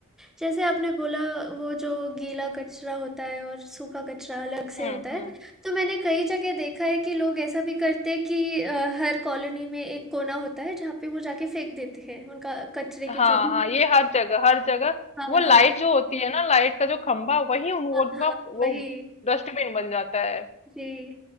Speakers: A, in the centre; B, on the left.
A: जैसे आपने बोला वो जो गीला कचरा होता है और सूखा कचरा अलग से
B: हम्म
A: होता है,
B: हम्म
A: तो मैंने कई जगह देखा है कि लोग ऐसा भी करते हैं कि अ, हर कॉलोनी में एक कोना होता है जहाँ पे वो जाके फेंक देते हैं, उनका कचरे के
B: हाँ
A: जो भी
B: हाँ ये हर जगह हर जगह
A: हाँ,
B: वो लाइट
A: हाँ।
B: जो होती है ना लाइट का जो खंभा वही उन वो
A: हाँ, हाँ, वही।
B: वो डस्टबिन बन जाता है
A: जी,